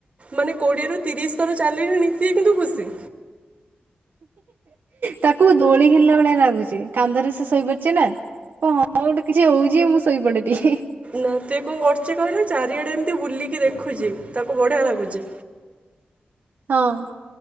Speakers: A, on the right; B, on the right.
A: ମାନେ କୋଡ଼ିଏରୁ ତିରିଶ ଥର ଚାଲିଲିଣି ସିଏ କିନ୍ତୁ ଖୁସି।
B: ତାକୁ ଦୋଳି ଖେଳିଲା ଭଳିଆ ଲାଗୁଛି। କାନ୍ଧରେ ସେ ଶୋଇପଡିଚେ ନା, କ ହଁ ଗୋଟେ କିଛି ହଉଛି ମୁଁ ଶୋଇପଡେ ଟିକେ।
A: ନା ତେ କଣ କରୁଚି କହିଲ ଚାରିଆଡେ ଏମିତି ବୁଲିକି ଦେଖୁଛିି ତାକୁ ବଢିଆ ଲାଗୁଛି।
B: ହଁ।